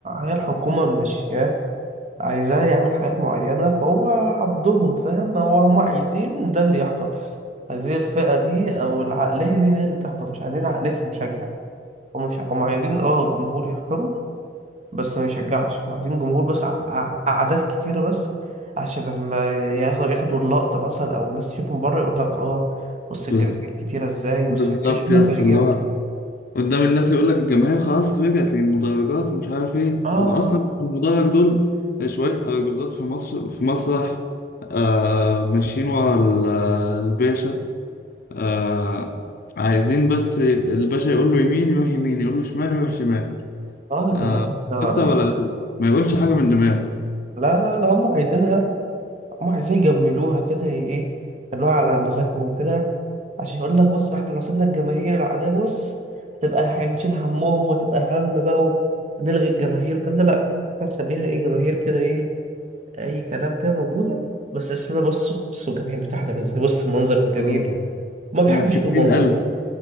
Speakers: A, on the right; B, on the left.
A: هي الحكومة ماشياه عايزاه يعمل حاجات معينة فهو عبدهم فاهم هو هم عايزين ده اللي يحضر عايزين الفئة دي أو العقلية دي هي اللي بتحضر مش عايزين عقلية المشجع هم مش هم عايزين اه جمهور يحضروا بس ما يشجعش هم عايزين جمهور بس ع- ع- أعداد كتيرة بس عشان لما ياخ- ياخدوا اللقطة مثلا أو الناس تشوفهم بره يقول لك اه بص الجماهير
B: بز-
A: كتيرة ازاي بص
B: بالظبط
A: مش عارف ايه مش مهم
B: يا
A: التشجيع
B: اسطى اللي هو
A: من- ده.
B: قدام الناس يقول لك الجماهير خلاص رجعت للمدرجات مش عارف ايه
A: اه
B: هو اصلا في المدرج دول شوية أرجوزات في مصر في مسرح آه ماشيين ورا ال- الباشا آه عايزين بس الباشا يقول له يمين يروح يمين يقول له شمال يروح شمال
A: اه
B: آه،
A: ده ده-
B: أكتر ولا أقل ما يقولش حاجة من دماغه
A: لا لا لا هم عايزينها هم عايزين يجملوها كده هي ايه يخلوها على مزاجهم كده عشان يقول لك بص ما احنا لو سيبنا الجماهير العادية بص هتبقى هنشيل همهم وهتبقى هم بقى ونلغي الجماهير والكلام ده لا هتخليها ايه جماهير كده ايه اي كلام كده موجوده بس اسمنا بصوا بصوا الجماهير المتحده عامله ازاي بص المنظر الجميل
B: آه
A: ما بيحبش
B: اسمها ستين
A: يشوف المنظر
B: ألف